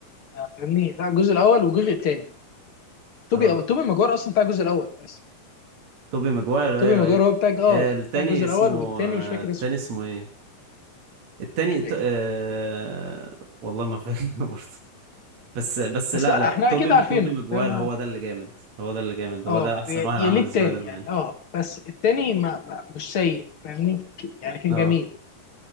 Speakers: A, on the left (about 45°); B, on the right (about 50°).
A: آه، فاهمني لا الجزء الاول والجزء التاني توبي
B: اه
A: توبي ماجواير اصلا بتاع الجزء الاول اسف،
B: توبي ماجواير
A: توبي
B: ايوه
A: ماجواير
B: ايوه
A: هو بتاع اه
B: آه، التاني
A: بتاع الجزء
B: اسمه
A: الاول والتاني
B: آه،
A: مش فاكر
B: التاني
A: اسمه
B: اسمه ايه التاني
A: مش
B: ت...
A: فاكر
B: آه... والله ما فاكر <laughs> برضه بس بس
A: بس
B: لا
A: لا
B: لا
A: احنا
B: توبي
A: اكيد عارفينه
B: توبي ماجواير
A: فاهم
B: هو ده اللي جامد هو ده اللي جامد هو
A: اه
B: ده احسن
A: يا
B: واحد
A: يا
B: عمل
A: ليه التاني
B: سبايدر مان
A: يعني اه بس التاني ما, ما مش سيء فاهمني يعني كان
B: اه
A: جميل